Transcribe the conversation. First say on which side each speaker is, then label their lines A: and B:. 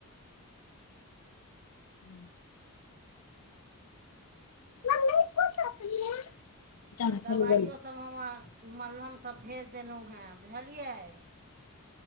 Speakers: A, on the left (about 80°); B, on the right (about 45°).
A: हूँ <unintelligible>
B: तऽ
A: ने
B: दबाइयोसभ
A: खेलू बनू
B: हम मल्हम सब भेज देलहुॅँ हेँ बुझलियै